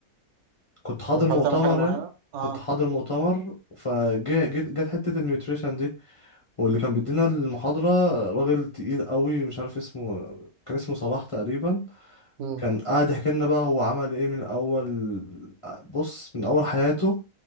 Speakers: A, on the left; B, on the right.
A: كنت حاضر
B: بتحاول
A: مؤتمر
B: تعمل حاجه معينه
A: يعني
B: اه
A: كنت حاضر مؤتمر فجت جت حتة النيوتريشن دي واللي كان بيدينا المحاضرة راجل تقيل قوي مش عارف اسمه كان اسمه صلاح تقريبا
B: مم.
A: كان قاعد يحكي لنا بقى هو عمل ايه من اول بص من اول حياته